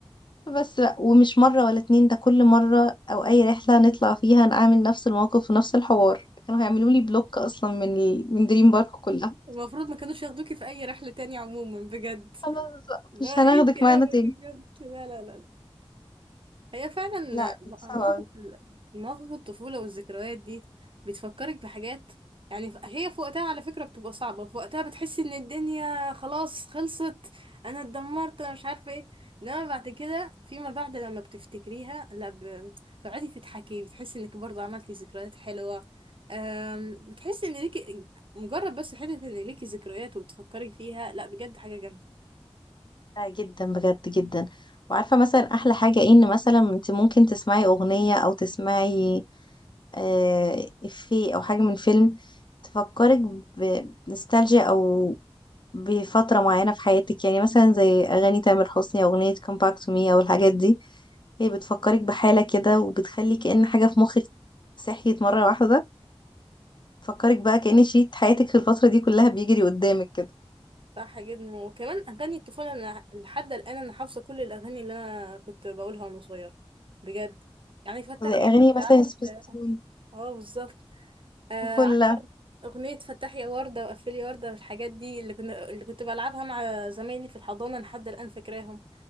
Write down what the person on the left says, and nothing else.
بس بقى ومش مرة ولا اتنين ده كل مرة او اي رحلة نطلع فيها نعمل نفس الموقف ونفس الحوار كانوا هيعملوا لي بلوك اصلا من ال... من دريم بارك كلها
خلاص بقى
مش هناخدك
معانا تاني
لا كانت صعبة
أوي
لا جدا بجد جدا وعارفة مثلا احلى حاجة ايه ان مثلا انت ممكن تسمعي اغنية او تسمعي آه، إفيه أو حاجة من فيلم تفكرك ب- بنوستالجيا أو بفترة معينة في حياتك يعني مثلا زي أغاني تامر حسني أو أغنية Come Back to Me أو الحاجات دي هي بتفكرك بحالة كده وبتخلي كأن حاجة في مخك صحيت مرة واحدة تفكرك بقى كأن شريط حياتك في الفترة دي كلها بيجري قدامك كده
زي أغاني
مثلا
سبيستون
وفلة